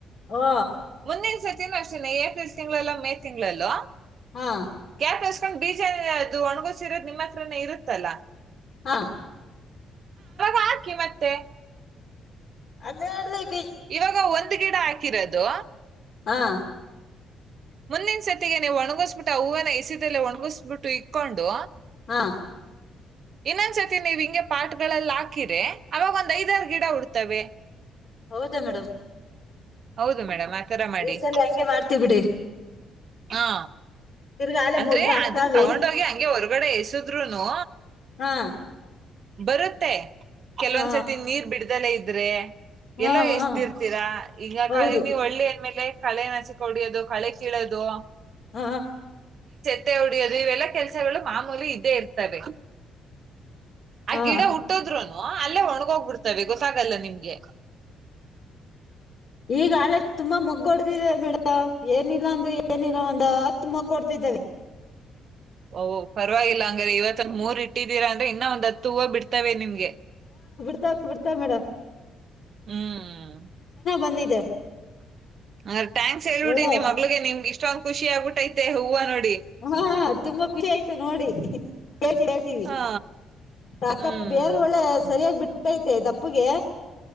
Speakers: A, on the left; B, on the right.
A: ಓ
B: ಮುಂದಿನ್ ಇ ಸತಿನು ಅಷ್ಟೆ <unintelligible> ಏಪ್ರಿಲ್ ತಿಂಗಳಲ್ಲೋ ಮೇ ತಿಂಗಳಲ್ಲೋ
A: ಹಾ
B: <unintelligible> ಬೀಜ ಅದು ಒಣಗಸರೋದು ನಿಮ್ಮ ಹತ್ರನೇ ಇರುತ್ತಲ್ಲಾ
A: ಹಾ
B: ಹಾಕಿ ಮತ್ತೆ
A: ಅದೆ <unintelligible>
B: ಇವಾಗ ಒಂದ್ ಗಿಡ ಹಾಕಿರೋದು
A: ಹಾ
B: ಮುಂದನ್ ಸತಿಗೆ ನೀವು ಒಣಗಿಸ್ಬಿಟ್ಟು ಆ ಹೂವನ್ನ ಎಸಿದಲ್ಲ ಒಣಗಿಸ್ಬಿಟ್ಟು ಇಕ್ಕೊಂಡು
A: ಹಾ
B: ಇನ್ನೊಂದ್ ಸತಿ ನೀವ್ ಹಿಂಗೆ ಪಾಟ್ಗಳಲ್ಲಿ ಹಾಕಿರೆ ಅವಾಗ ಒಂದ್ ಐದಾರು ಗಿಡ ಉಡ್ತವೆ
A: ಹೌದು ಮೇಡಮ್
B: ಹೌದು ಮೇಡಮ್ ಆತರ ಮಾಡಿ
A: ಈ ಸಲ ಹಂಗೆ ಮಾಡ್ತಿವ್ ಬಿಡಿ
B: ಹಾ
A: ತಿರ್ಗಾ ಆಲೆ
B: ಅಂದ್ರೆ
A: ಮೊಗ್ಗು ಹಾಕ್ತಾವೆ
B: ಅದನ್ನ ತಗೊಂಡೋಗಿ ಹಂಗೆ ಹೊರ್ಗಡೆ ಎಸದ್ರುನು
A: ಹಾ
B: ಬರುತ್ತೆ ಕೆಲವಂದ್ಸರ್ತಿ
A: ಹಾ
B: ನೀರ್ ಬಿಡ ಇಲ್ದಲೆ ಇದ್ರೆ
A: ಹಾ
B: ಎಲ್ಲೋ ಎಷ್ಟ್ದಿರ್ತೀರಾ
A: ಹಾ
B: ಈಗ
A: ಹೌದು
B: ಕ ನೀ ಒಳ್ಳೆ ಹಳ್ಳಿ ಆಮೇಲೆ ಕಳೆ ನಾಚ ಕುಡಿಯೋದು ಕಳೆ ಕೀಳೋದು
A: ಹ
B: ಮತ್ತೆ ಹೊಡಿಯೋದು ಇವೆಲ್ಲಾ ಕೆಲ್ಸಗಳು ಮಾಮೂಲಿ ಇದ್ದೆ ಇರ್ತವೆ ಆ
A: ಹಾ
B: ಗಿಡ ಹುಟ್ಟದ್ರುನ್ ಅಲ್ಲೇ ಒಣಗ ಹೋಗ್ಬಡ್ತವೆ ಗೊ ಗೊತ್ತಾಗಲ್ಲ ನಿಮ್ಗೆ
A: ಈಗ ಆಲೆ ತುಂಬಾ ಮೊಗ್ಗ ಹೊಡ್ದಿದ್ದೆ ಮೇಡಮ್ ಏನಿಲ್ಲ ಅಂದ ಏನಿಲ್ಲ ಒಂದ ಹತ್ತು ಮಗ್ ಹೊಡ್ದಿದಾವೆ
B: ಓಹ್ ಪರವಾಗಿಲ್ಲ ಹಂಗ್ರ ಇವತ್ತೊಂದ್ ಮೂರ್ ಇಟ್ಟಿದ್ದೀರಾ ಅಂದ್ರೆ ಇನ್ನೊ ಒಂದ್ ಹತ್ತು ಹೂವು ಬಿಡ್ತವೆ ನಿಮ್ಗೆ
A: ರ್ ಬೀರ್ತವ ಮೇಡ
B: ಹ್ಮ್
A: ಬಂದಿದೆ
B: ಅ ಥ್ಯಾಂಕ್ಸ್ ಹೇಳಳ್ಬಿಡಿ
A: ಒಳ್ಳೆ
B: ನಿಮ್ ಮಗ್ಳಿಗೆ ನಿಮ್ಗೆ ಇಷ್ಟಂದ್ ಖುಷ ಆಗ್ಬಿಟ್ಟೈತೆ ಹೂವ ನೋಡಿ
A: ಹಾ ತುಂಬಾ ಖುಷಿ ಆಯ್ತು ನೋಡಿ ಹಿ ಹೇ ಹೇಳ್ತೀವಿ
B: ಹಾ
A: ಕಾಕ
B: ಹ್ಮ್
A: ಬೇರ್ ಒಳ್ಳೆ ಸರಿಯಾಗಿ ಬಿಟ್ಟ ಗಟ್ಟೈತೆ ದಪ್ಪಗೆ